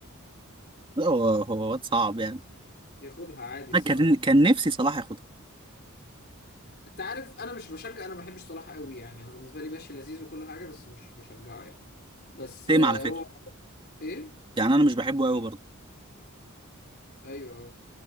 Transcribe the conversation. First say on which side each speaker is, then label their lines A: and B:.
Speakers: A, on the right; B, on the left.
A: <laughs> لا، هو هو واد صعب يعني
B: ياخدها عادي الصراحه
A: أنا كان كان نفسي صلاح ياخدها
B: انت عارف انا مش بشجع انا ما بحبش صلاح قوي يعني انا بالنسبه لي ماشي لذيذ وكل حاجه بس مش بشجعه يعني بس
A: تيم
B: آه،
A: على فكرة
B: هو ايه
A: يعني أنا مش بحبه قوي برضه
B: ايوه